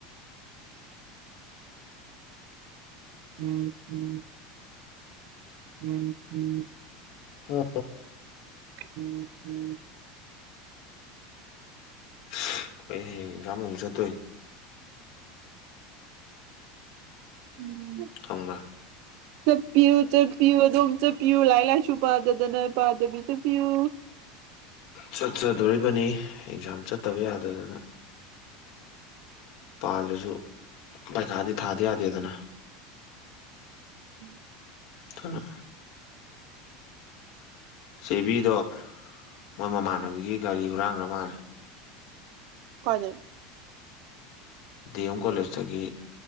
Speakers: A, on the right; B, on the left.
A: ꯎꯝ ꯎꯝ ꯎꯝ ꯎꯝ
B: ꯍꯥ
A: ꯎꯝ ꯎꯝ
B: ꯑꯩꯈꯣꯏꯗꯤ ꯍꯌꯦꯡ ꯑꯦꯛꯖꯥꯝ ꯑꯃꯨꯛ ꯆꯠꯇꯣꯏꯅꯤ
A: ꯎꯝ
B: ꯈꯪꯕ꯭ꯔꯥ
A: ꯆꯠꯄꯤꯌꯨ ꯆꯠꯄꯤꯌꯨ ꯑꯗꯣꯝ ꯆꯠꯄꯤꯌꯨ ꯂꯥꯏꯔꯤꯛ ꯂꯥꯏꯁꯨ ꯄꯥꯗꯗꯅ ꯄꯥꯗꯕꯤ ꯆꯠꯄꯤꯌꯨ
B: ꯆꯠꯆꯗꯣꯔꯤꯕꯅꯤ ꯑꯦꯛꯖꯥꯝ ꯆꯠꯇꯕ ꯌꯥꯗꯗꯅ ꯄꯥꯗ꯭ꯔꯁꯨ ꯄꯩꯈꯥꯗꯤ ꯊꯥꯗ ꯌꯥꯗꯦꯗꯅ
A: ꯎꯝ
B: ꯀꯩꯅꯥ ꯆꯦꯕꯤꯗꯣ ꯃꯣꯏ ꯃꯃꯥꯟꯅꯕꯤꯒꯤ ꯒꯥꯔꯤ ꯍꯨꯔꯥꯟꯈ꯭ꯔ ꯃꯥꯜꯂꯦ
A: ꯀꯥꯏꯗꯩꯩ
B: ꯗꯤ ꯑꯦꯝ ꯀꯣꯂꯦꯖ ꯇꯒꯤ